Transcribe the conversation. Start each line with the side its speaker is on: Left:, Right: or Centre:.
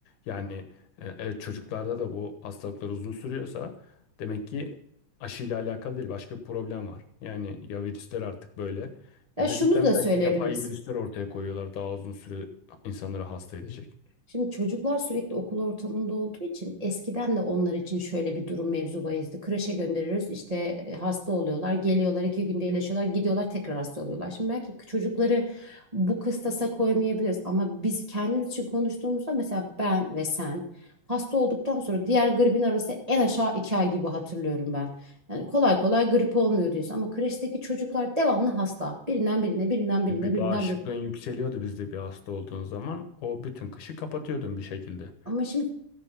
Left: Yani e, evet çocuklarda da bu hastalıklar uzun sürüyorsa demek ki aşıyla alakalı değil başka bir problem var. Yani ya virüsler artık böyle
Right: ya
Left: ya
Right: şunu
Left: da cidden
Right: da söyleyebiliriz.
Left: belki yapay virüsler ortaya koyuyorlar daha uzun süre insanları hasta edecek.
Right: Şimdi çocuklar sürekli okul ortamında olduğu için eskiden de onlar için şöyle bir durum mevzu bahisdi. Kreşe gönderiyoruz işte e, hasta oluyorlar, geliyorlar iki günde iyileşiyorlar, gidiyorlar tekrar hasta oluyorlar. Şimdi belki çocukları bu kıstasa koymayabiliriz ama biz kendimiz için konuştuğumuzda mesela ben ve sen hasta olduktan sonra diğer gripin arası en aşağı iki ay gibi hatırlıyorum ben. Yani kolay kolay grip olmuyor diyoruz ama kreşteki çocuklar devamlı hasta. Birinden birine, birinden birine,
Left: Bir
Right: birinden
Left: bağışıklığın
Right: birine.
Left: yükseliyordu bizde bir hasta olduğun zaman o bütün kışı kapatıyordun bir şekilde.
Right: Ama şimdi